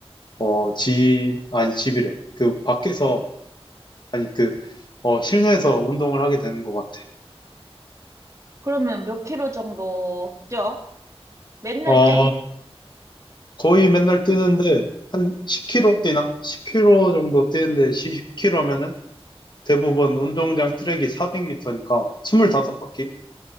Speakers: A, on the left; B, on the right.
A: 어, 집, 아니, 집이래. 그, 밖에서, 아니, 그, 어, 실내에서 운동을 하게 되는 것 같아.
B: 그러면 몇 킬로 정도 뛰어? 맨날
A: 어,
B: 뛰어?
A: 거의 맨날 뛰는데, 한 10km 뛰나? 10km 정도 뛰는데, 10km면은 대부분 운동장 트랙이 400m니까, 25바퀴?